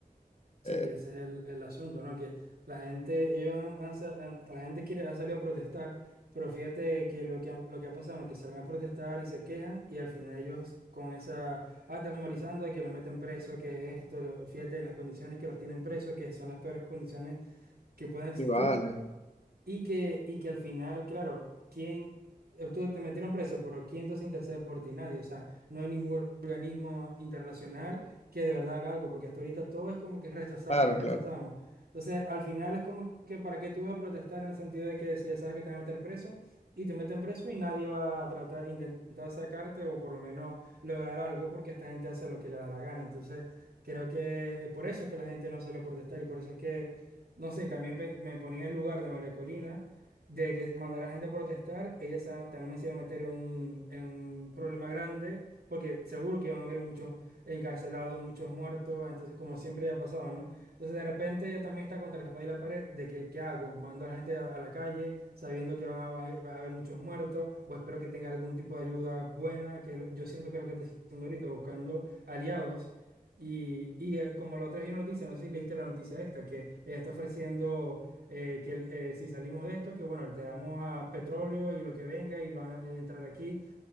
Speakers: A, on the right; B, on the left.
A: Sí,
B: eh,
A: ese es el, el asunto, ¿no? Que la gente, ellos han, han sa- han- la gente quiere, ha salido a protestar, pero fíjate que lo que, han- lo que ha pasado, ¿no? Que salen a protestar y se quejan y al final ellos con esa, atemorizando de que los meten preso, que esto, lo- fíjate en las condiciones que los tienen presos, que son las peores condiciones que pueden existir
B: y vale,
A: y que, y que al final, claro, ¿quién? eh, Tú te metieron preso, pero ¿quién entonces intercede por ti? Nadie. O sea, no hay ningún organismo internacional que de verdad haga algo, porque hasta ahorita todo es como que rechazamos,
B: claro,
A: rechazamos.
B: claro,
A: Entonces, al final es como que para qué tú vas a protestar en el sentido de que si ya sabes que te van a meter preso y te meten preso y nadie va a tratar, intentar sacarte o por lo menos lograr algo, porque esta gente hace lo que le da la gana. Entonces, creo que eh, por eso es que la gente no salió a protestar y por eso es que no sé, y también pe- me ponía en el lugar de María Corina, de que mandar a la gente a protestar, ella sa- también se iba a meter en un, en un problema grande, porque seguro que iban a haber muchos encarcelados, muchos muertos, entonces como siempre ya ha pasado, ¿no? Entonces de repente ella también está contra la espada y la pared de que, ¿qué hago? ¿Mando a la gente a, a la calle sabiendo que van a, va a haber muchos muertos? ¿O espero que tenga algún tipo de ayuda buena? Que lo- yo siento que es lo que está haciendo ahorita, buscando aliados y, y, eh, como la otra vez vi noticia, no sé si leíste la noticia esta, que ella está ofreciendo eh, que el- eh, si salimos de esto, que bueno, te damos a petróleo y lo que venga y van a entrar aquí,